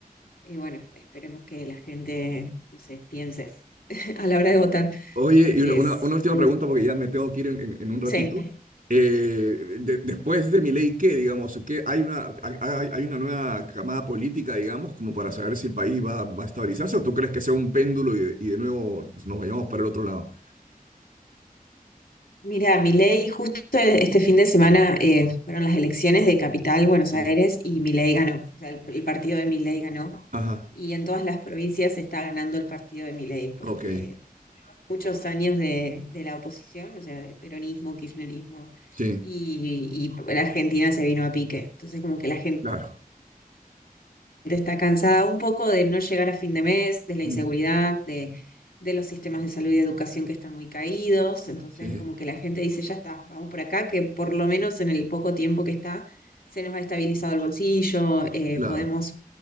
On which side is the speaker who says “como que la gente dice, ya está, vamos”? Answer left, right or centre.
Left